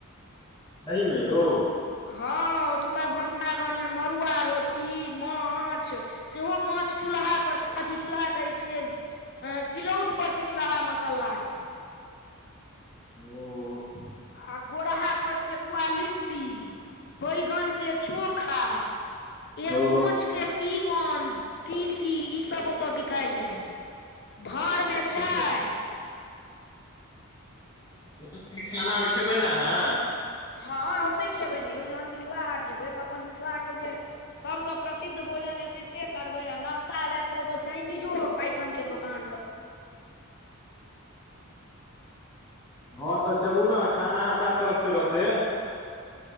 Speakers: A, on the left; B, on the left.
A: सहिमे <inaudible> यौ।
B: हँ ओतुका भनसा घर में मड़ुआ रोटी माछ सेहो माछ चूल्हा पर, अथी चूल्हा कहै छियै। सिलौट पर पिसलाहा मसाल्लाके।
A: ओ। ओ
B: आ गोरहा पर सेकुआ लिट्टी, बैगन के चोखा। एरकोंच
A: ओ
B: के तीमन, तीसी, ई सब ओतय बिकाइ या। भांरमे
A: ओ ठीके
B: चाय।
A: ओत खाना आर खेबै ने अहाँ।
B: हँ ओतै खेबै ने यौ जहन मिथिला हाट जेबै तऽ अपन मिथिलाके जे सबसँ प्रसिद्ध भोजन हेतै से करबै आ नाश्ता लै तऽ ओत चाइनीजो आइटमके दोकानसब <unintelligible>
A: हँ तऽ चलु न खाना हमरा तरफ से रहतै